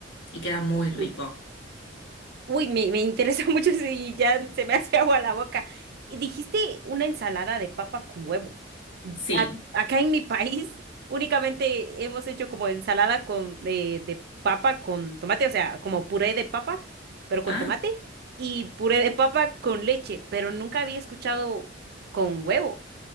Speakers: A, on the left (about 80°); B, on the right (about 55°).
A: y queda muy rico.
B: Uy, Uy, me, me interesa <laughs> mucho eso y ya se me hace agua la boca. Y dijiste una ensalada de papa con huevo.
A: Sí.
B: A- acá en mi país <laughs> únicamente hemos hecho como ensalada con, de, de papa con tomate, o sea, como puré de papa, pero con
A: Ah,
B: tomate, y puré de papa con leche, pero nunca había escuchado con huevo.